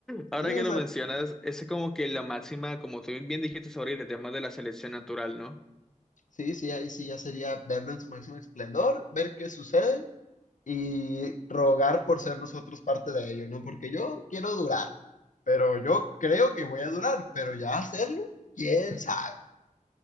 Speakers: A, in the centre; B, on the left (about 65°).
A: Ahora
B: Sí,
A: que
B: o
A: lo
B: sea,
A: mencionas, esa es como que la máxima, como tú bien dijiste sobre el tema de la selección natural, ¿no?
B: sí, sí, ahí sí ya sería verlo en su máximo esplendor, ver qué sucede y rogar por ser nosotros parte de ello, ¿no? Porque yo quiero durar, pero yo creo que voy a durar, pero ya hacerlo, quién sabe.